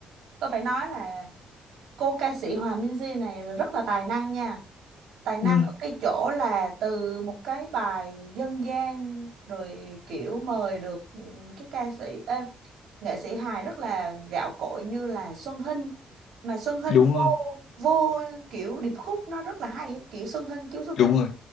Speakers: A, on the right; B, on the left.
A: tôi phải nói là cô ca sĩ Hòa Minzy này rất là tài năng nha. tài năng
B: Ừ.
A: ở cái chỗ là từ một cái bài dân gian rồi kiểu mời được ừ, cái ca sĩ ê, nghệ sĩ hài rất là gạo cội như là Xuân Hinh mà Xuân Hinh
B: Đúng
A: vô
B: rồi,
A: vô kiểu điệp khúc nó rất là hay ấy. kiểu Xuân Hinh chú Xuân Hinh
B: đúng rồi.